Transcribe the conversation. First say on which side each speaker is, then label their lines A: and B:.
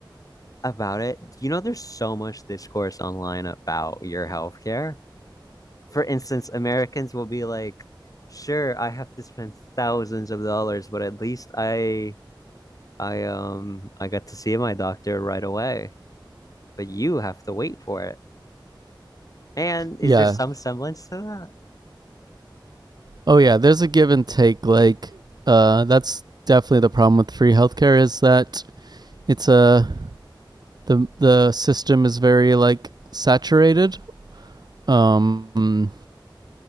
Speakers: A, on the left; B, on the right.
A: about it, you know, there's so much discourse online about your healthcare. For instance, Americans will be like, "Sure, I have to spend thousands of dollars, but at least I, I, um, I got to see my doctor right away. But you have to wait for it." And is
B: Yeah.
A: there some semblance to that?
B: Oh, yeah. There's a give and take. Like, uh, that's definitely the problem with free healthcare is that it's a the the system is very like saturated. Um,